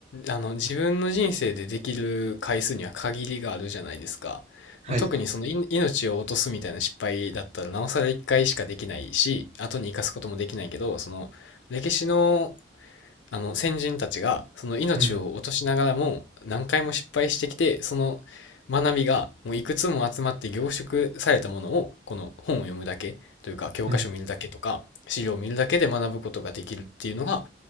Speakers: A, on the left; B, on the right.
A: あの自分の人生でできる回数には限りがあるじゃないですか。
B: はい。
A: まあ、特にそのい命を落とすみたいな失敗だったらなおさら1回しかできないし、後に生かすこともできないけど、その歴史のあの先人たちがその命を落としながらも何回も失敗してきてその
B: うん、
A: 学びがもういくつも集まって凝縮されたものをこの本を読むだけというか教科書を見るだけとか資料を見るだけで学ぶことができるっていうのが
B: うん、